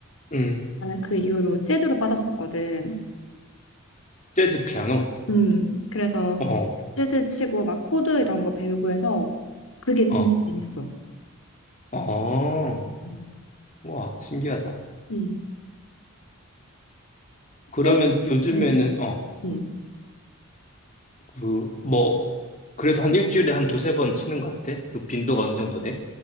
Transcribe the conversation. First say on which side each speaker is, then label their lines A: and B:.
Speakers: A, on the left; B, on the left.
A: 응.
B: 나는 그 이후로 재즈로 빠졌었거든.
A: 재즈 피아노.
B: 음. 그래서
A: 어,
B: 재즈 치고 막 코드 이런 거 배우고 해서 그게 진짜
A: 어,
B: 재밌어.
A: 어.
B: 음.
A: 와, 신기하다.
B: 음.
A: 그러면
B: 재즈,
A: 요즘에는,
B: 음.
A: 어,
B: 음.
A: 그, 뭐, 그래도 한 일주일에 한 두세 번 치는 것 같아? 그 빈도가 어느 정도 돼?